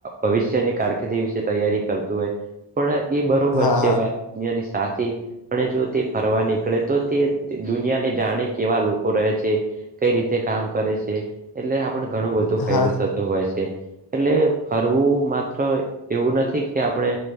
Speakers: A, on the right; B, on the left.
A: ભવિષ્યની કારકિર્દી વિશે તૈયારી કરતું હોય પણ એ બરોબર
B: હા
A: છે
B: હા
A: વાત ની સાથે <unintelligible> પણ જો તે ફરવા નીકળે તો તે દુનિયાને જાણે કેવા લોકો રહે છે કઈ રીતે કામ કરે છે એટલે આપને ઘણું બધું ફાયદો
B: હા
A: થતો હોય છે એટલે ફરવું માત્ર એવું નથી કે આપણે